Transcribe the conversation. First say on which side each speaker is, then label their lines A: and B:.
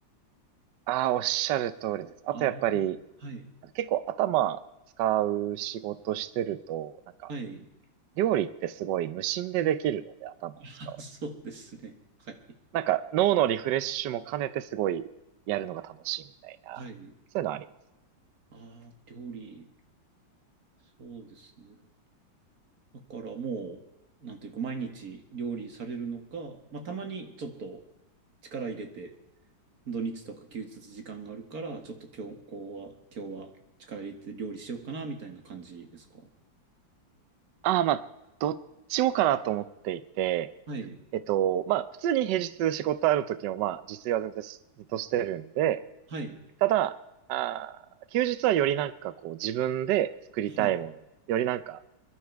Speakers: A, on the right (about 70°); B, on the right (about 50°).
A: ああ、おっしゃる通りです。あとやっぱり、
B: ああ、はい、
A: 結構頭使う仕事してると、なんか、
B: はい。
A: 料理ってすごい無心でできるので、頭を使わず。
B: <laughs> あ、そうですね。はい。
A: なんか脳のリフレッシュも兼ねてすごいやるのが楽しいみたいな、
B: はい。
A: そういうのはあります。
B: ああ、料理、そうですね。だからもう、なんというか、毎日料理されるのか、まあ、たまにちょっと力入れて、土日とか休日時間があるから、ちょっと今日、こうは、今日は力入れて料理しようかな、みたいな感じですか
A: ああ、まあ、どっちもかなと思っていて、
B: はい、
A: えっと、まあ、普通に平日仕事ある時も、まあ、自炊は全然ずっとしてるんで、
B: はい、
A: ただ、あー休日はよりなんかこう自分で作りたいもの、
B: はい、
A: よりなんか